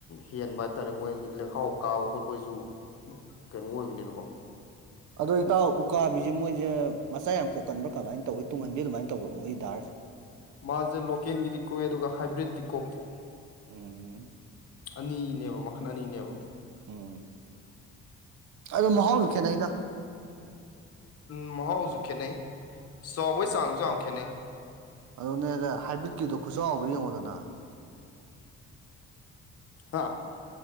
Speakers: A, on the left; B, on the right.
A: ꯍꯦꯟꯕ ꯍꯥꯏꯇꯥꯔꯦ ꯃꯣꯏꯒꯤ ꯂꯩꯈꯥꯎ ꯀꯥꯕ ꯈꯣꯠꯄꯒꯤꯁꯨ ꯀꯩꯅꯣ ꯑꯣꯏꯕꯅꯤꯅꯀꯣ
B: ꯑꯗꯣ ꯏꯇꯥꯎ ꯎꯀꯥꯕꯤꯁꯦ ꯃꯣꯏꯁꯦ ꯃꯆꯥ ꯌꯥꯝ ꯄꯣꯛꯀꯟꯕ꯭ꯔꯥ ꯀꯃꯥꯏꯅ ꯇꯧꯋꯤ ꯇꯨꯡꯍꯟꯕꯤ ꯑꯗꯨꯃꯥꯏꯅ ꯇꯧꯕ꯭ꯔꯥ ꯃꯣꯏꯒꯤ ꯗꯥꯔꯁꯦ
A: ꯃꯥꯁꯦ ꯂꯣꯀꯦꯜꯒꯤꯗꯤ ꯀꯣꯛꯑꯦ ꯑꯗꯨꯒ ꯍꯥꯏꯕ꯭ꯔꯤꯠꯇꯤ ꯀꯣꯛꯇꯦ
B: ꯑꯝ
A: ꯑꯅꯤꯅꯦꯕ ꯃꯈꯟ ꯑꯅꯤꯅꯦꯕ
B: ꯎꯝ ꯑꯗꯣ ꯃꯍꯥꯎꯁꯨ ꯈꯦꯠꯅꯩꯗ
A: ꯎꯝ ꯃꯍꯥꯎꯁꯨ ꯈꯦꯠꯅꯩ ꯆꯥꯎꯕꯩ ꯆꯥꯡꯁꯨ ꯌꯥꯝ ꯈꯦꯠꯅꯩ
B: ꯑꯗꯨꯅꯦꯗ ꯍꯥꯏꯕ꯭ꯔꯤꯠꯀꯤꯗꯣ ꯈꯨꯠꯆꯥꯎꯗꯣ ꯌꯦꯡꯉꯣꯗꯅ
A: ꯍꯥꯥ